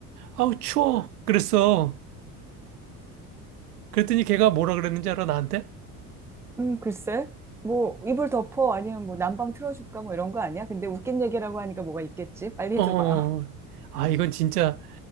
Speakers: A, on the right; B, in the centre.
A: 아우, 추워. 그랬어. 그랬더니 걔가 뭐라 그랬는지 알아, 나한테?
B: 음, 글쎄. 뭐, 이불 덮어? 아니면 뭐, 난방 틀어줄까? 뭐, 이런 거 아니야? 근데 웃긴 얘기라고 하니까 뭐가 있겠지? 빨리
A: 어,
B: 해줘봐.
A: 어, 어." 아, 이건 진짜,